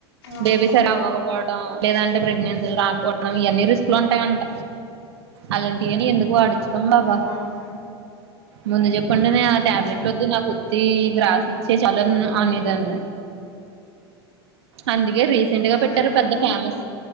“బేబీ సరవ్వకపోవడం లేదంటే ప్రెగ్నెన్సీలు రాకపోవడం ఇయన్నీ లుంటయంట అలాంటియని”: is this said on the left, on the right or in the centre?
Right